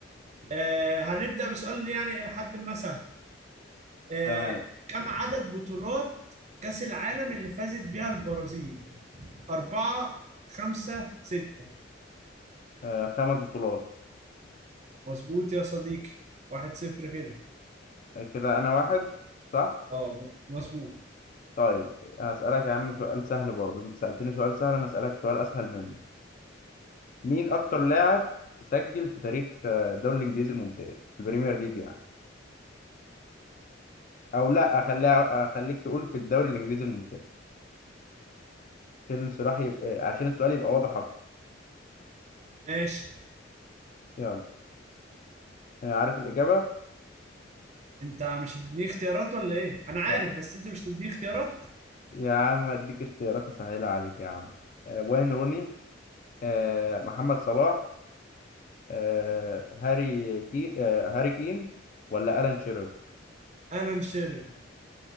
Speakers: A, on the right (about 35°); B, on the left (about 45°).
A: آه هنبدأ بسؤال يعني إلى حد ما سهل آه
B: تمام
A: كم عدد بطولات كأس العالم اللي فازت بيها البرازيل؟ أربعة خمسة ستة
B: آه، خمس بطولات
A: مظبوط يا صديقي واحد صفر كده
B: كده انا واحد صح
A: اه م- مظبوط
B: طيب هسألك يا عم سؤال سهل برضه انت سألتني سؤال سهل انا أسألك سؤال اسهل منه مين اكتر لاعب سجل في تاريخ آه، الدوري الانجليزي الممتاز في البريمير ليج يعني او لا خليها اخليك تقول في الدوري الانجليزي الممتاز عشان السؤال يبقى عشان السؤال يبقى واضح اكتر
A: ماشي
B: يلا أنا عارف الاجابة
A: انت مش هتديني اختيارات ولا ايه؟ انا عارف
B: يا
A: بس انت مش هتديني اختيارات
B: يا عم اديك اختيارات اسهلها عليك يا عم آه، وين روني آه، محمد صلاح آه، هاري كي آه، هاري كين ولا ألان شيرر
A: الان شيرر